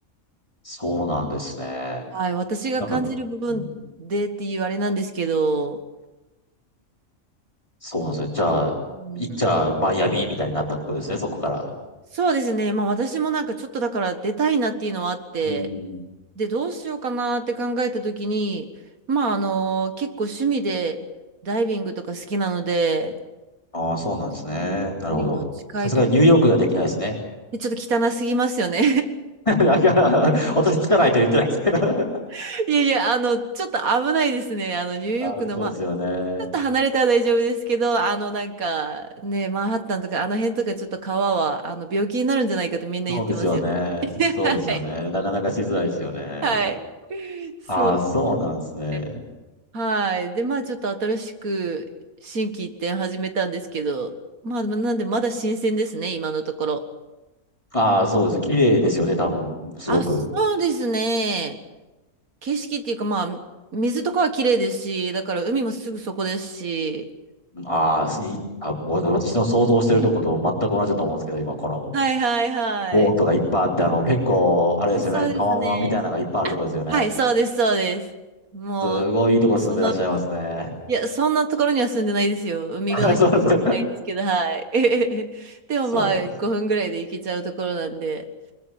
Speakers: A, on the left (about 20°); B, on the right (about 85°).
A: そうなんですね。
B: はい、私が感じる部分でっていうあれなんですけど、
A: なんか、うん、そうなんですよ。じゃあ、
B: うん
A: いっちゃあマイアミみたいになったってことですね、そこから。
B: そうですね。まあ私もなんかちょっとだから出たいなっていうのはあって、
A: うん。
B: で、どうしようかなって考えたときに、まああの、結構趣味でダイビングとか好きなので、
A: ああ、そうなんですね。
B: うん海の近いとこ、
A: なるほど。さすがにニューヨークではできないですね。
B: でちょっと汚すぎますよね。
A: <laughs> だから私汚いと言ってないですけど。
B: <laughs> いやいや、あの、ちょっと危ないですね。あの、ニューヨークの、
A: あーそうですよね。
B: まあ、ちょっと離れたら大丈夫ですけど、あの、なんか、ね、マンハッタンとか、あの辺とかちょっと川は、あの、病気になるんじゃないかってみんな言ってますよ。
A: そうですよね。
B: <laughs>
A: そうですよね。
B: はい。
A: なかなかしづらいですよね。
B: はい。そうです
A: ああ、そうなんですね。
B: ね。はい。で、まあちょっと新しく新規一点始めたんですけど、まあなんでまだ新鮮ですね、今のところ。
A: ああ、そうです。綺麗ですよね、多分。すごく。
B: あ、そうですね。景色っていうかまあ、水とかは綺麗ですし、だから海もすぐそこですし。
A: ああ、いい。あ、もう私の想像してるとこと全く同じだと思うんですけど、
B: うん
A: 今、この
B: はいはいはい。
A: ボートがいっぱいあって、あの、結構、あれですよね、
B: あ、そうですね。
A: タワマンみたいなのがいっぱいあるとこですよね。
B: あ、はい、そうですそうです。もう、
A: すごいいいとこ住んでらっしゃいますね。
B: その、いや、そんなところには住んでないですよ。海側には住んでないですけど、
A: <laughs> そうです。
B: はい。<laughs> でもまあ5分ぐらいで行けちゃうところなんで。
A: そうです。